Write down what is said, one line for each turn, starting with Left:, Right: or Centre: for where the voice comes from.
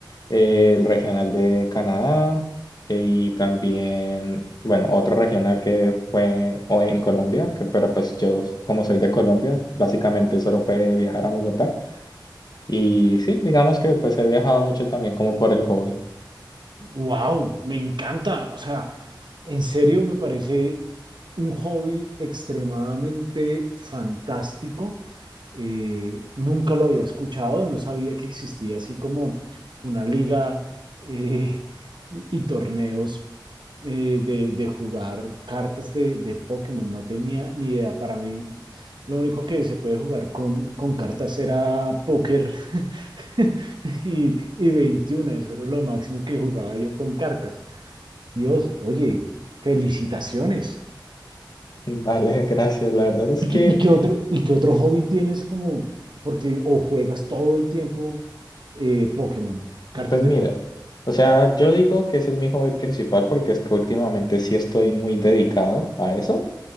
Left: eh, el Regional de Canadá eh, y también, bueno, otro regional que fue hoy en Colombia, que, pero pues yo como soy de Colombia, básicamente solo pude viajar a Bogotá. Y sí, digamos que pues he viajado mucho también como por el hobby.
Right: Wow, me encanta. O sea, en serio me parece un hobby extremadamente fantástico. Eh, nunca lo había escuchado, no sabía que existía así como una liga eh, y, y torneos eh, de, de jugar cartas de, de Pokémon. No tenía ni idea. Para mí, lo único que se puede jugar con, con cartas era póker <laughs> Y, y 21, eso era lo máximo que jugaba yo con cartas. Dios, oye, felicitaciones.
Left: <laughs> Vale, gracias. La verdad es
Right: ¿Y
Left: que
Right: qué, y qué otro, y qué otro hobby tienes como, porque o juegas todo el tiempo eh, Pokémon, cartas
Left: Pues mira,
Right: de Pokémon?
Left: o sea, yo digo que ese es mi hobby principal porque es que últimamente sí estoy muy dedicado a eso.